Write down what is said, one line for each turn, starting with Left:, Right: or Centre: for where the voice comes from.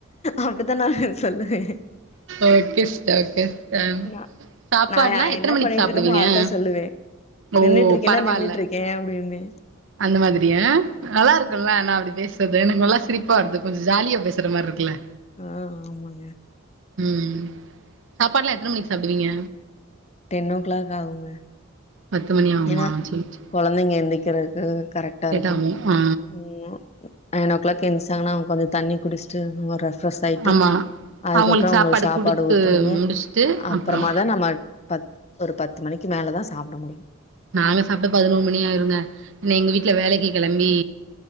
Left: அப்டிதா நா சொல்லுவேன்
Right: ஓகே சிஸ்டர் ஓகே சிஸ்டர்
Left: ந
Right: சாப்பாடுலா
Left: நா யா
Right: எத்தன
Left: என்ன
Right: மணிக்கு
Left: பண்ணிட்டு
Right: சாப்டுவீங்க
Left: இருக்கோமோ அதா சொல்லுவே
Right: ஓ
Left: நின்னுட்டு இருக்கேனா
Right: பரவால்ல
Left: நின்னுட்டு இருக்கே ஏ அப்டி இருந்தே
Right: அந்த மாதிரியா நல்லா இருக்குல ஆனா அப்டி பேசுறது எனக்கு நல்லா சிரிப்பா வருது கொஞ்சோ ஜாலியா பேசுற மாரி இருக்குல
Left: ம் ஆமாங்க
Right: ம் சாப்பாடுலா எத்தன மணிக்கு சாப்டுவீங்க
Left: டென் ஓ கிளாக் ஆகுங்க
Right: பத்து மணி ஆகுமா
Left: ஏன்னா
Right: செரி செரி
Left: கொழந்தைங்க எந்திக்கரதுக்கு கரெக்டா இருக்கு
Right: ஆகு ஆ
Left: உ ஆ நயன் ஓ கிளாக் எந்தச்சாங்கன்னா அவங்க கொஞ்சோ தண்ணி குடிச்சிட்டு அவங்க ரெஃப்ரெஷ் சாய்ட்டு
Right: ஆமா
Left: அதுக்கப்புறோ
Right: அவுங்களுக்கு
Left: அவங்களுக்கு சாப்பாடு
Right: குடுத்து
Left: ஊட்டணு
Right: முடிச்சுட்டு
Left: அப்புறமாதா
Right: அப்றோ
Left: நம்ம பத் ஒரு பத்து மணிக்கு மேல தா சாப்ட முடியு
Right: நாங்க சாப்ட பதினோரு மணி ஆயிருங்க இன்னு எங்க வீட்ல வேலைக்கு கெளம்பி